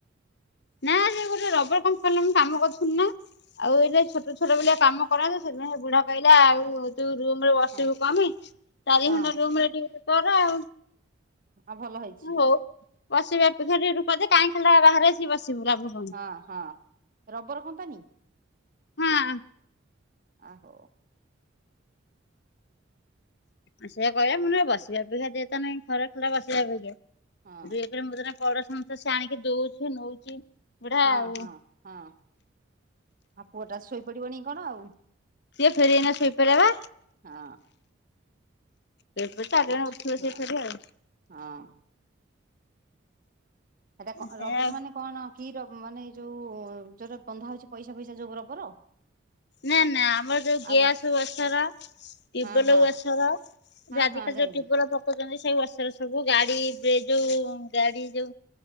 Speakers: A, on the left (about 60°); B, on the right (about 45°).
A: ନା ସେ ଗୋଟେ ରବର କମ୍ପାନୀରେ ମୁଁ କାମ କରୁଥିନୀ ନା। ଆଉ ଏଇଟ ଛୋଟ ଛୋଟ ଭଳିଆ କାମ କରନ୍ତି ସେଇଥିପାଇଁ ସେ ବୁଢା କହିଲା ଆଉ ଯୋଉ ରୁମ ରେ ବସିବୁ
B: ହଁ
A: କଣ ପାଈଁ ଚାରି
B: ହଁ
A: ଘଣ୍ଟା ରୁମରେ ଡିଉଟି କର ଆଉ।
B: ଆଉ ଭଲ ହେଇଛି।
A: ହଉ ବସିବା ଅପେକ୍ଷା ଟିକେ ରୂପଦେ କାଇଁ ଖାଲିଟା ବାହାରେ ଆସିକି ବସିବୁ ଲାଭ କଣ।
B: ହଁ ହଁ ରବର କମ୍ପାନୀ।
A: ହଁ।
B: ଆ ହୋଉ।
A: ଆ ସେଇଆ କହିଲା ମୁଁ କନି ବସିବା ଅପେକ୍ଷା ଦେ ତାନେ ଘରେ ଖାଲିଟା ବସିବା ଅପେକ୍ଷା
B: ହଁ
A: <unintelligible> ପ୍ରଡକ୍ସନ ସେ ଆଣିକି ଦଉଛି ନଉଛି ବୁଢା
B: ହଁ
A: ଆଉ
B: ହଁ ହଁ ଆଉ ପୁଅଟା ଶୋଇପଡିବନି କଣ ଆଉ?
A: ସିଏ ଫେରେ ଏଇନା ଶୋଇପଡ଼ିଲା ବା।
B: ହଁ
A: <unintelligible> ଚାରି
B: ପୁଅ
A: ଜଣ ଉଠିବ
B: ହଁ
A: ସେଫରେ ଆଉ।
B: ହଁ ସେଟା କ
A: ସେୟା
B: ରବର ମାନେ କଣ? କି ର ମାନେ ଏଇ ଯୋଉ ଯୋଉଟ ବନ୍ଧା ହଉଛି, ପଇସା ଫଇସା ଯୋଉ ରବର।
A: ନା ନା ଆମର ଯଉ ଗେଆସ
B: ଆଉ କଣ
A: ୱାସର୍। ଟ୍ୟୁବଲ
B: ହଁ ହଁ
A: ୱାସର ଯୋ
B: ହଁ
A: ଅଜିକାଲି
B: ହଁ ଯାଇଲି
A: ଟ୍ୟୁବ୍ ଲ ପକଉଛନ୍ତି। ସେ ୱାଶର ସବୁ ଗାଡି ବ୍ରେ ଯୋଉ ଗାଡି ଯୋଉ